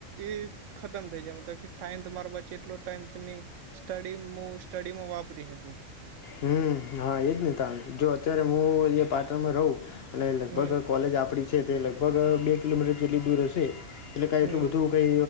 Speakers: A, on the right; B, on the left.
A: એ ખતમ થઈ જાય મતલબ કે ટાઈમ તમારો બચે એટલો ટાઈમ તમે સ્ટડી હું સ્ટડીમાં વાપરી શકું.
B: હમ હા એજ નહીં તા જો અત્યારે હું પાટણમાં રહું અને લગભગ
A: હમ
B: કોલેજ આપણી છે તે લગભગ બે કિલોમીટર જેટલી દૂર હશે એટલે કાંઈ
A: હમ
B: એટલું બધું. કઈ